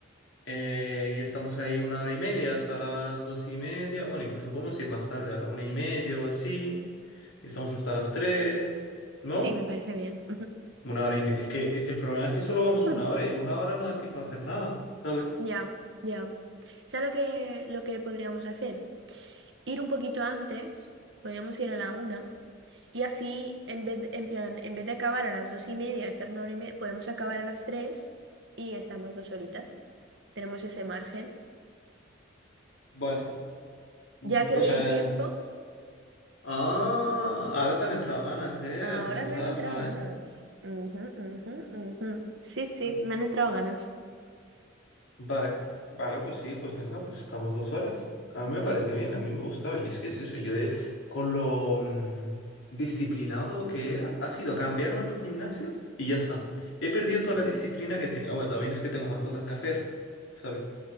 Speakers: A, on the left; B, on the right.
A: eh, y estamos ahí una hora y media hasta las dos y media. Bueno, incluso podemos ir más tarde a la una y media o así. Y estamos hasta las tres, ¿no?
B: Sí, me parece bien.
A: Una hora y media. Es que, es que el problema es que solo vamos
B: Ujú.
A: una hora y en una hora no da tiempo a hacer nada, ¿sabes?
B: Ya, ya. ¿Sabes lo que, lo que podríamos hacer? Ir un poquito antes. Podríamos ir a la una. Y así, en vez, en plan, en vez de acabar a las dos y media, estar una hora y media, podemos acabar a las tres y estamos dos horitas. Tenemos ese margen.
A: Vale. Mm,
B: Ya que
A: O
B: hoy
A: sea,
B: hay tiempo,
A: ah, ahora te han entrado ganas, ¿eh?
B: ahora
A: Al pensarlo,
B: me han entrado
A: ¿eh?
B: ganas. Ujú, ujú, ujú. Sí, sí,
A: Ah.
B: me han entrado ganas.
A: Vale, vale, pues sí, pues venga, pues estamos dos horas. A mí me parece bien, a mí me gustaba. Y es que es eso, yo he- con lo mm, disciplinado que era, ha sido a cambiarme a tu gimnasio y ya está. He perdido toda la disciplina que tenía. Ah, Bueno, también es que tengo más cosas que hacer, ¿sabes?